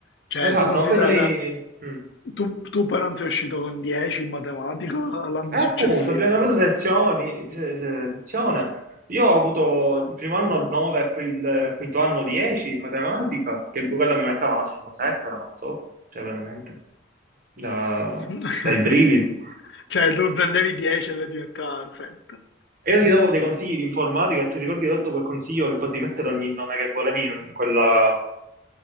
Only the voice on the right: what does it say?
Esatto,
ma poi noi... mm.
E appunto,
abbiamo avuto sezioni, se- se- sezione. Io ho avuto il primo anno 9 e poi il quinto anno 10 in matematica, che quella mi metteva massimo 7, la mazzotto, cioè veramente, da-
dai brividi.
E io ti davo dei consigli di informatica e ti ricordi che ho dato quel consiglio che potevi mettere ogni nome che volevi in in quella,